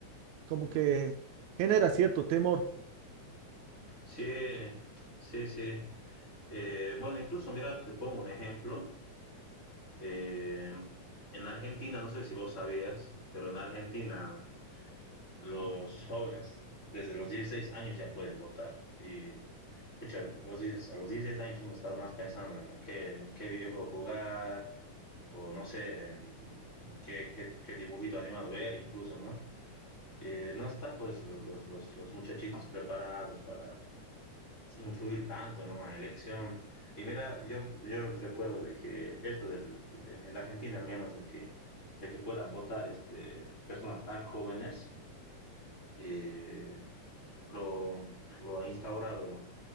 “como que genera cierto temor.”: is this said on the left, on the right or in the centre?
Right